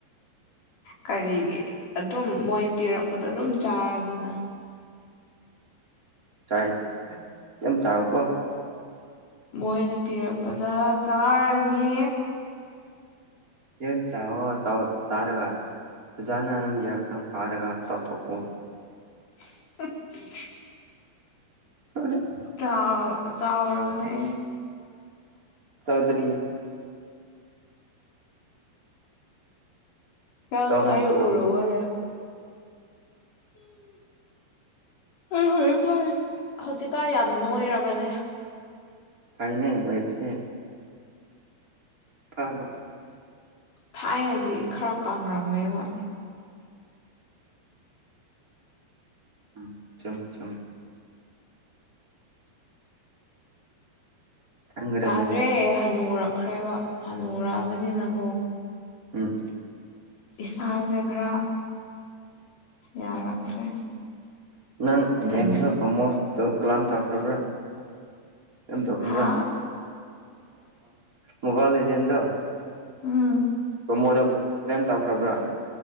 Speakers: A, on the left (about 50°); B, on the right (about 20°).
A: ꯀꯔꯤꯒꯤ ꯑꯗꯨꯝ ꯃꯣꯏ ꯄꯤꯔꯛꯄꯗꯣ ꯑꯗꯨꯝ ꯆꯥꯔꯅꯤꯅ
B: ꯆꯥꯏ ꯌꯥꯝ ꯆꯥꯎ ꯀꯣ
A: ꯃꯣꯏꯅ ꯄꯤꯔꯛꯄꯗ ꯆꯥꯔꯅꯤ
B: ꯌꯦꯟ ꯆꯥꯋꯣ ꯆꯥꯔꯒ ꯑꯣꯖꯥꯅ ꯅꯪꯒꯤ ꯍꯛꯆꯥꯡ ꯐꯥꯔꯒ ꯆꯥꯎꯊꯣꯛꯑꯣ
A: <unintelligible>
B: ꯍꯣ ꯍꯣꯏ
A: ꯆꯥꯎ ꯆꯥꯎꯔꯕꯅꯦ ꯑꯩ
B: ꯆꯥꯎꯗ꯭ꯔꯤ
A: ꯅꯪ
B: ꯆꯥꯎꯅꯕ
A: ꯑꯩ
B: ꯇꯧ
A: ꯎꯔꯕꯣꯢꯔꯦ ꯑꯩ ꯍꯧꯖꯤꯛꯀꯥꯟ ꯍꯧꯖꯤꯛꯀꯥꯟ ꯌꯥꯝ ꯅꯣꯏꯔꯕꯅꯦ
B: ꯐꯩꯅꯦ ꯅꯣꯢꯕꯁꯦ <unintelligible>
A: ꯊꯥꯏꯅꯗꯤ ꯈꯔ ꯀꯪꯔꯝꯃꯦꯕ
B: ꯎꯝ ꯆꯨꯝꯃꯦ ꯆꯨꯝꯃꯦ ꯈꯪꯒꯗꯕꯅꯤ
A: ꯌꯥꯗ꯭ꯔꯦ ꯍꯅꯨꯔꯛꯈ꯭ꯔꯦꯕ ꯍꯅꯨꯔꯛꯑꯕꯅꯤꯅ ꯀꯣ
B: ꯎꯝ
A: ꯏꯁꯥꯖꯦ ꯈꯔ ꯌꯥꯔꯛꯇ꯭ꯔꯦ
B: ꯅꯪ ꯒꯦꯝꯗ
A: ꯍꯅꯨ
B: ꯄ꯭ꯔꯣꯃꯣꯠ ꯇꯣ ꯀ꯭ꯂꯥꯝ ꯇꯧꯈ꯭ꯔꯕ꯭ꯔꯥ ꯀꯔꯝ ꯇꯧꯈ꯭ꯔꯕ꯭ꯔꯥ
A: ꯍꯥ
B: ꯃꯣꯕꯥꯢꯜ ꯂꯦꯖꯦꯟꯗꯣ
A: ꯎꯝ
B: <unintelligible> <unintelligible> ꯇꯧꯈ꯭ꯔꯕ꯭ꯔꯥ